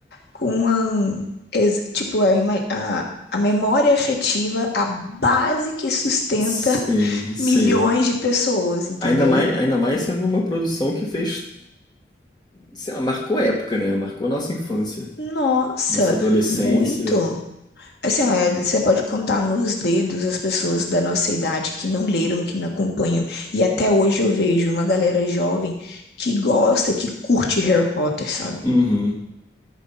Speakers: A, on the left; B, on the left.
A: com a, ex- tipo, a, ima- a, a memória afetiva, a base que sustenta
B: Sim,
A: <laughs>
B: sim.
A: milhões de pessoas, entendeu?
B: Ainda mais, ainda mais sendo uma produção que fez, sei lá, marcou época, né? Marcou nossa infância,
A: Nossa,
B: nossa adolescência.
A: muito. Assim, ó, é, você pode contar nos dedos as pessoas da nossa idade que não leram, que não acompanham. E até hoje eu vejo uma galera jovem que gosta, que curte Harry Potter, sabe?
B: Uhum.